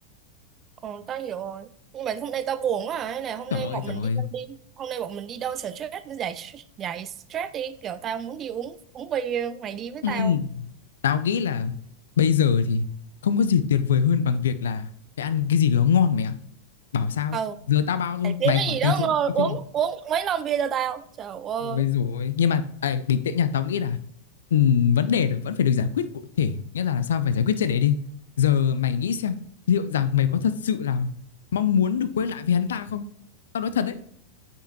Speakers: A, on the right; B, on the left.
A: ờ tao hiểu rồi nhưng mà hôm nay tao buồn quá à. Hay là hôm
B: trời
A: nay
B: ơi
A: bọn
B: trời
A: mình
B: ơi
A: đi đâu đi hôm nay bọn mình đi đâu stress giải giải stress đi kiểu tao muốn đi uống uống bia mày đi với
B: ừ.
A: tao
B: tao nghĩ là bây giờ thì không có gì tuyệt vời hơn bằng việc là phải ăn cái gì đó ngon mày ạ bảo sao
A: ờ
B: giờ tao bao thôi
A: phải kiếm
B: mày
A: cái
B: khỏi
A: gì đó
B: từ chối
A: ngồi
B: được
A: uống
B: chưa
A: uống mấy lon bia cho tao trời ơi
B: Ôi rồi nhưng mà ấy, bình tĩnh nha tao nghĩ là ừm, vấn đề là vẫn phải được giải quyết cụ thể nghĩa là làm sao phải giải quyết triệt để đi giờ mày nghĩ xem liệu rằng mày có thật sự là mong muốn được quay lại với hắn ta không tao nói thật đấy